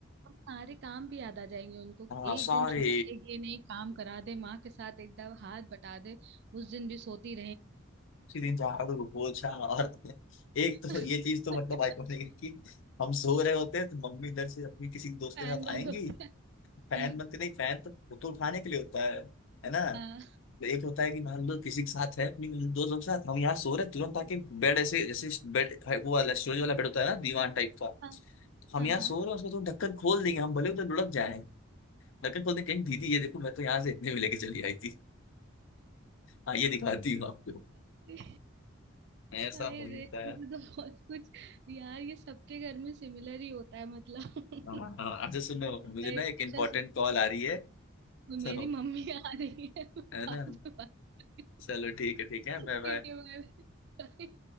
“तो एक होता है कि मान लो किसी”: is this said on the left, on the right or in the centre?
Left